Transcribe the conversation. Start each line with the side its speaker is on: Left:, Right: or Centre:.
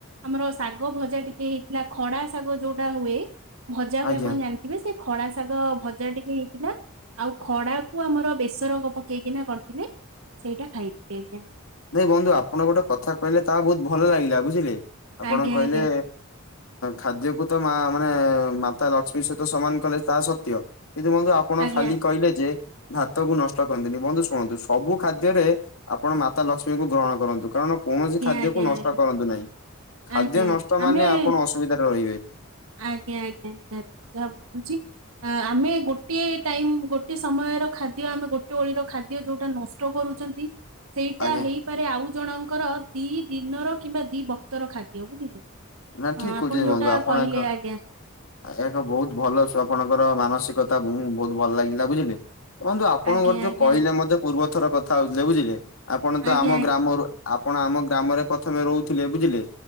Right: ଆମର ଶାଗ ଭଜା ଟିକେ ହେଇଥିଲା ଖଡା ଶାଗ ଯୋଉଟା ହୁଏ। ଭଜା ହୁଏ
Left: ଆଜ୍ଞା।
Right: ଆପଣ ଜାଣିଥିବେ ସେ ଖଡା ଶାଗ ଭଜା ଟିକେ ହେଇଥିଲା। ଆଉ ଖଡା କୁ ଆମର ବେସର ପକେଇକିନା କରିଥିଲେ ସେଇଟା ଖାଇଥିଲେ ଆଜ୍ଞା।
Left: ନାଇ ବନ୍ଧୁ ଆପଣ ଗୋଟେ କଥା କହିଲେ ତାହା ବହୁତ ଭଲ ଲାଗିଲା ବୁଝିଲେ ଆପଣ
Right: ଆଜ୍ଞା
Left: କହିଲେ
Right: ଆଜ୍ଞା
Left: ଖାଦ୍ୟକୁ ତ ମା ମାନେ ମାତା ଲକ୍ଷ୍ମୀ ସହିତ ସମାନ କଲେ ତାହା ସତ୍ୟ ଏ ତୁ ମ <inaudible> ଆପଣ
Right: ଆଜ୍ଞା
Left: ଖାଲି କହିଲେ ଯେ ଭାତ କୁ ନଷ୍ଟ କରନ୍ତିନି ବନ୍ଧୁ ଶୁଣନ୍ତୁ ସବୁ ଖାଦ୍ୟରେ ଆପଣ ମାତା ଲକ୍ଷ୍ମୀଙ୍କୁ ଗ୍ରହଣ କରନ୍ତୁ କାରଣ କୌଣସି ଖାଦ୍ୟକୁ
Right: ଆଜ୍ଞା ଆଜ୍ଞା ଆଜ୍ଞା
Left: ନଷ୍ଟ କରନ୍ତୁ ନାହିଁ ଖାଦ୍ୟ
Right: ଆଜ୍ଞା
Left: ନଷ୍ଟ ମାନେ
Right: ଆମେ
Left: ଆପଣ ଅସୁବିଧାରେ ରହିବେ
Right: ଆଜ୍ଞା ଆଜ୍ଞା ଯାହା <unintelligible> ଆମେ ଗୋଟଏ ଟାଇମ ଗୋଟେ ସମୟର ଖାଦ୍ୟ ଆମେ ଗୋଟେ ଓଳିର ଖାଦ୍ୟ ଯୋଉଟା ନ କଷ୍ଟ କରୁଛନ୍ତି। ସେଇଟା
Left: ଆଜ୍ଞା
Right: ହେଇପାରେ ଆଉ ଜଣଙ୍କର ଦି ଦିନର କିମ୍ବା ଦି ବକ୍ତର ଖାଦ୍ୟ ବୁଝିଲେ।
Left: ନା
Right: ହଁ
Left: ଠିକ
Right: ଆପଣ
Left: ହଉଛି ବନ୍ଧୁ
Right: ଯୋଉଟା
Left: ଆପଣ
Right: କହିଲେ ଆଜ୍ଞା
Left: ଏହାା ବହୁତ ଭଲଛୁ ଆପଣଙ୍କର ମାନସିକତା ବହୁତ ଭଲ ଲାଗିଲା ବୁଝିଲେ। ବନ୍ତୁ ଆପଣଙ୍କର
Right: ଆଜ୍ଞା
Left: ଯୋଉ
Right: ଆଜ୍ଞା
Left: କହିଲେ ମତେ ପୂର୍ବ ଥର କଥା ହଉଥିଲେ ବୁଝିଲେ ଆପଣ ତ
Right: ଆଜ୍ଞା
Left: ଆମ ଗ୍ରାମରୁ ଆପଣ ଆମ ଗ୍ରାମରେ ପ୍ରଥମେ ରହୁଥିଲେ ବୁଝିଲେ